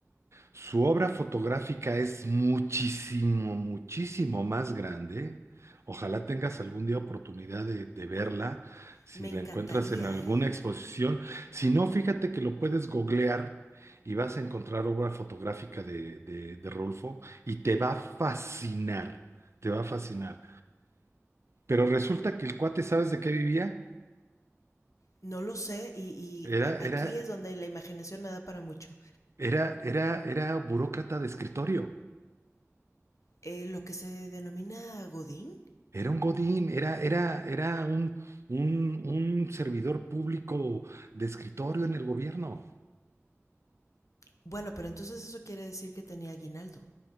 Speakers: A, on the right; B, on the left.
A: Su obra fotográfica es muchísimo, muchísimo más grande. Ojalá tengas algún día oportunidad de, de verla, si
B: Me encantaría,
A: la encuentras en alguna
B: ¿eh?
A: exposición. Si no, fíjate que lo puedes googlear y vas a encontrar obra fotográfica de, de, de Rulfo y te va a fascinar, te va a fascinar. Pero resulta que el cuate, ¿sabes de qué vivía?
B: No lo sé y, y
A: Era,
B: a- aquí
A: era,
B: es donde la imaginación me da para mucho.
A: era, era, era burócrata de escritorio.
B: Eh, lo que se denomina Godín.
A: Era un godín, era, era, era un, un, un servidor público de escritorio en el gobierno.
B: Bueno, pero entonces eso quiere decir que tenía aguinaldo.